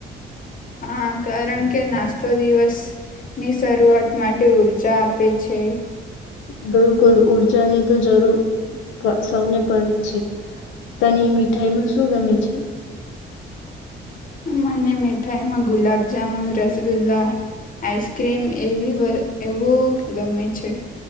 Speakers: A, on the left (about 45°); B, on the left (about 90°).
A: હા કારણ કે નાસ્તો દિવસ ની શરૂઆત માટે ઊર્જા આપે છે.
B: બિલકુલ ઊર્જાની તો જરૂર સૌને પડે છે, તની મીઠાઈમાં શું ગમે છે?
A: મને મીઠાઈમાં ગુલાબજામુન રસગુલ્લા, આઈસક્રીમ એવી એવું ગમે છે,